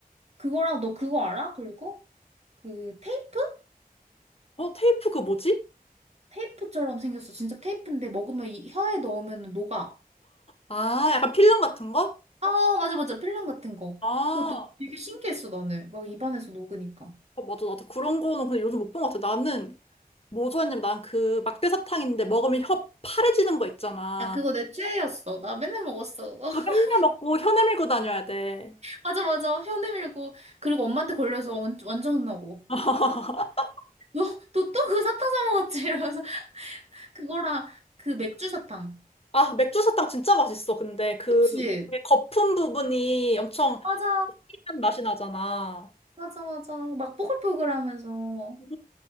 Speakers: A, on the right (about 45°); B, on the left (about 40°).
A: 그거랑 너 그거 알아? 그리고 그 테이프?
B: 어, 테이프 그 뭐지?
A: 테이프처럼 생겼어. 진짜 테이프인데 먹으면 이 혀에 넣으면 녹아.
B: 아, 약간 필름 같은 거?
A: 아, 맞아, 맞아. 필름 같은 거.
B: 아,
A: 그것도 되게 신기했어, 나는. 막 입안에서 녹으니까.
B: 어, 맞아. 나도 그런 거는 근데 요즘 못 본 것 같아. 나는 뭐 좋아했냐면 난 그 막대사탕 있는데 먹으면 혀 파래지는 거 있잖아.
A: 야, 그거 내 최애였어. 나 맨날 먹었어. <laughs>
B: 그거 맨날 먹고 혀 내밀고 다녀야 돼.
A: 맞아, 맞아. 혀 내밀고. 그리고 엄마한테 걸려서 완, 완전 혼나고.
B: <laughs>
A: 너, 너 또 그 사탕 사 먹었지? <laughs> 이러면서. 그거랑 그 맥주 사탕.
B: 아, 맥주 사탕 진짜 맛있어. 근데 그
A: 그치?
B: 거품 부분이 엄청
A: 맞아.
B: 특이한 맛이 나잖아.
A: 맞아, 맞아. 막 뽀글뽀글 하면서.
B: 응,